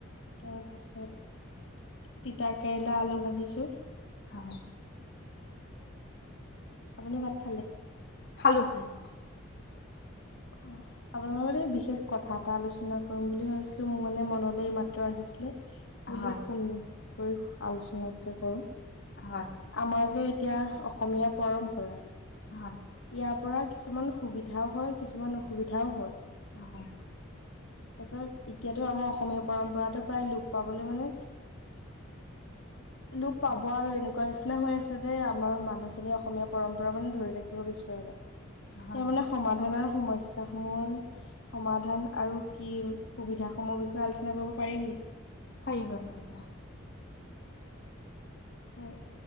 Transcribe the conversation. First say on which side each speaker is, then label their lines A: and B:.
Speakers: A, on the left; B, on the left.
A: তাৰ পাছত তিতা কেৰেলা আলু ভাজিছো।
B: হয়।
A: আপুনি ভাত খালে?
B: খালো খালো।
A: অ',। আপোনালোক লগৰ এই বিশেষ কথা এটা আলোচনা কৰিম বুলি ভাবিছিলো মোৰ মানে মনলে এই মাত্ৰ আহিছিলে। বোলো
B: হয়
A: কোন কৰি আলোচনাকে কৰো।
B: হয়
A: আমাৰ যে এতিয়া অসমীয়া পৰম্পৰা
B: হয়
A: ইাৰ পৰা কিছুমান সুবিধাও হয় কিছুমান অসুবিধাও হয়।
B: হয়।
A: এতিয়াতো আমাৰ অসমীয়া পৰম্পৰাতটো প্ৰায় লোপ পাবলৈ মানে <inaudible> লোপ পাব
B: হয়
A: আৰু এনেকুৱা নিচিনা হৈ আছে যে আমাৰ মানুহখিনি অসমীয়া পৰম্পৰা মানে ধৰি ৰাখে থিব বিচৰা নাই,
B: হয়
A: ইয়াৰ মানে সমাধান সমস্যা সমূহৰ সমাধান আৰু কি সুবিধা সমূহৰ বিষয়ে আলোচনা কৰিব পাৰিম নেকি?
B: পাৰিবা, পাৰিবা।
A: হয়।